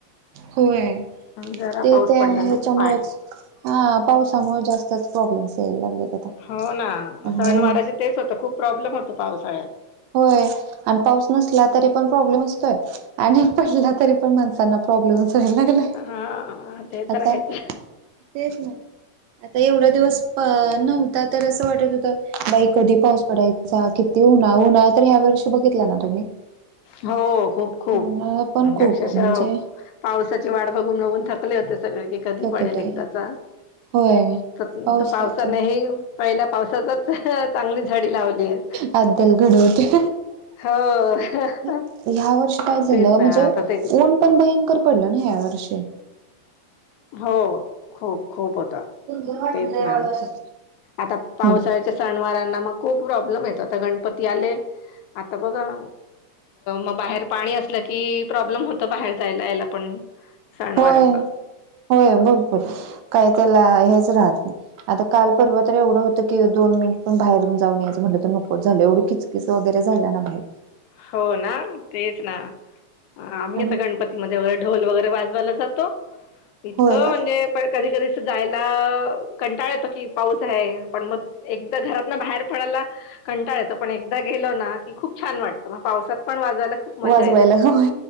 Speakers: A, on the right; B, on the left.
A: होय
B: जरा
A: ते
B: पाऊस
A: त्या
B: पडला
A: ह्याच्यामुळेच
B: ना की पाणी
A: हा पावसामुळे जास्तच प्रॉब्लेम्स यायला लागलेत आता
B: हो ना
A: आणि
B: सणवाराच तेच होत खूप प्रॉब्लेम होत पावसाळ्यात
A: होय आणि पाऊस नसला तरी पण प्रॉब्लेम असतोय आणि पडला तरी पण माणसांना प्रॉब्लेम लागला
B: हा ते तर
A: आता
B: आहेच
A: तेच ना आता एवढा दिवस नव्हता तर असं वाटत हो बाई कधी पाऊस पडायचा किती उन्हाळा उन्हाळा तर ह्या वर्षी बघितला ना तुम्ही
B: हो खूप खूप
A: उन्हाळा पण
B: म्हणजे
A: खूप
B: अक्षशा
A: म्हणजे
B: पावसाची वाट बघून बघून थकले होते सगळे क कधी
A: थकले
B: पडेल एकदाचा
A: होय
B: तर
A: पावसाच
B: पावसाने पहि पावसाातच चांगली झाडी लावली हाय
A: अद्दल घडवते
B: हो
A: ह्या वर्षी काय झालं
B: तेच ना
A: म्हणजे
B: आता ते
A: ऊन पण भयंकर पडलं ना ह्या वर्षी
B: हो खूप खूप होतं
A: गुरगुर वाटली
B: तेच
A: लय वेळ
B: ना
A: अशी.
B: आता पावसाळ्याच्या
A: हम्म
B: स ना मग खूप प्रॉब्लेम येतोता गणपती आले आता बघा मग बाहेर पाणी असलं की प्रॉब्लेम होतं बाहेर जायला यायला पण सणवाराचा
A: होय होय भरपूर काही त्याला हेच राहत नाही आता कालपर्वा तरी एवढं होतं की दोन पण बाहेरून जाऊन यायचं म्हटलं तर नकोच झालं एवढी खिचकीच वगैरे झाल्या ना बाई
B: हो ना तेच ना आम्ही
A: आणि
B: आता गणपतीमध्ये वगैरे ढोल वगैरे वाजवायला इतकं
A: होय का
B: म्हणजे पण कधी कधी जायला कंटाळ येतो की पाऊस आहे पण मग एकदा घरात न बाहेर पडायला कंटाळ येत पण एकदा गेलो ना की खूप छान वाटतं मग पावसात पण वाज ला खूप मज्जा
A: वाजवायला
B: येते
A: होय.